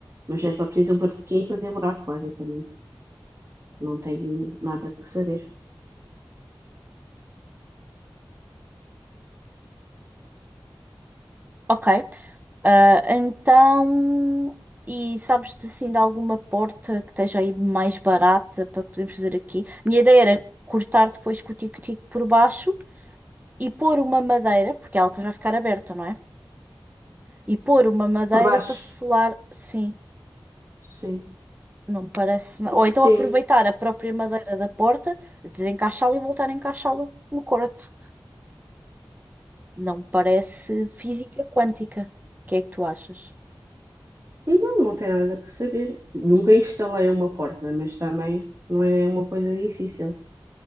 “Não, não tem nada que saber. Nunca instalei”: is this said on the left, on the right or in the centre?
Right